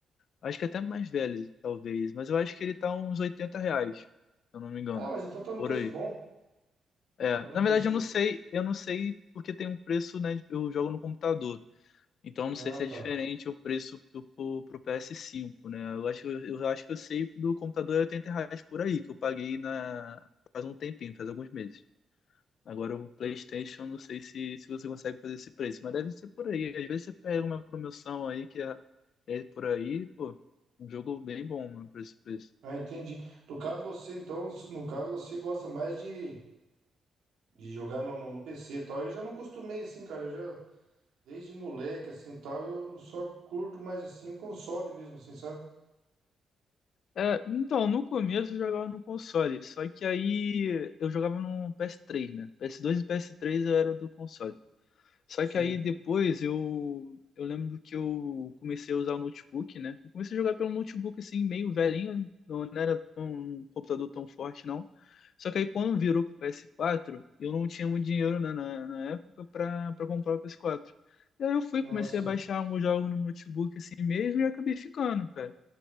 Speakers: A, on the left; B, on the right.
A: Acho que até mais velho, talvez. Mas eu acho que ele tá uns 80 reais, se eu não me engano.
B: Ah, mas então tá no
A: Por
B: preço
A: aí.
B: bom.
A: É,
B: Tá no
A: na
B: preço.
A: verdade eu não sei, eu não sei porque tem um preço, né? Eu jogo no computador. Então eu
B: Ah,
A: não sei se
B: tá.
A: é diferente o preço do, pro, pro PS5, né? Eu acho, eu acho que eu sei do computador é 80 reais por aí, que eu paguei na, faz um tempinho, faz alguns meses. Agora o PlayStation, não sei se, se você consegue fazer esse preço, mas deve ser por aí. Às vezes você pega uma promoção aí que é, é por aí, pô, um jogo bem bom, mano, por esse preço.
B: Ah, entendi. No caso você, então, no caso você gosta mais de, de jogar no, no, no PC e tal. Eu já não costumei assim, cara. Eu já Desde moleque, assim, tal, eu só curto mais, assim, o console mesmo, assim, sabe?
A: É, então, no começo eu jogava no console, só que aí eu jogava no PS3, né? PS2 e PS3 eu era do console. Só
B: Sim,
A: que aí depois eu, eu lembro que eu comecei a usar o notebook, né? Eu comecei a jogar pelo notebook assim, meio velhinho, não era tão, um computador tão forte não. Só que aí quando virou pro PS4, eu não tinha muito dinheiro né, na, na época pra, pra comprar o PS4. E aí eu fui,
B: não
A: comecei
B: é assim.
A: a baixar alguns jogos no notebook assim mesmo e acabei ficando, cara.